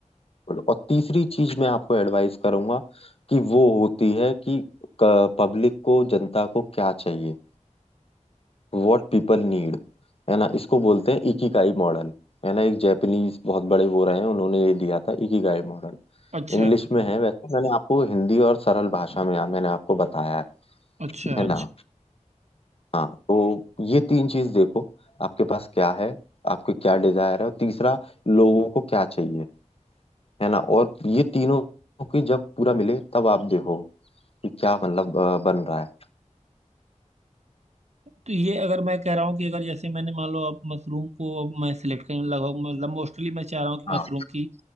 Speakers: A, on the left; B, on the right.
A: और तीसरी चीज मैं आपको एडवाइस करूंगा कि वो होती है कि पब्लिक को जनता को क्या चाहिए What people need है ना इसको बोलते हैं इकिगाई मॉडल है ना एक जापानीज बहुत बड़े वो रहे हैं उन्होंने ये दिया था इकिगाई मॉडल
B: अच्छा
A: इंग्लिश में है वैसे मैंने आपको हिंदी और सरल भाषा में मैंने आपको बताया है
B: अच्छा
A: है
B: अच्छा
A: ना हाँ तो ये तीन चीज देखो आपके पास क्या है आपके क्या डिजायर है और तीसरा लोगों को क्या चाहिए है ना और ये तीनों की जब पूरा मिले तब आप देखो कि क्या मतलब अ, बन रहा है
B: तो ये अगर मैं कह रहा हूँ कि अगर जैसे मैंने मान लो अब मशरूम को अब मैं सिलेक्ट करूँ लगभग मतलब मोस्टली मैं चाह रहा हूँ कि
A: हाँ
B: मशरूम की